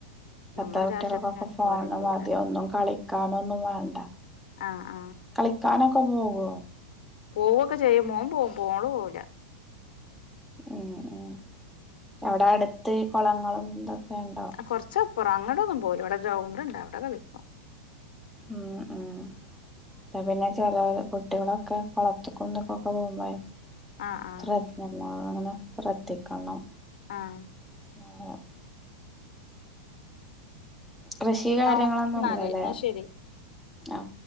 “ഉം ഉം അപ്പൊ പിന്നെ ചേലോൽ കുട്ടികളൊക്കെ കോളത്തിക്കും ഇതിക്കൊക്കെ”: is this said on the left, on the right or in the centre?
Centre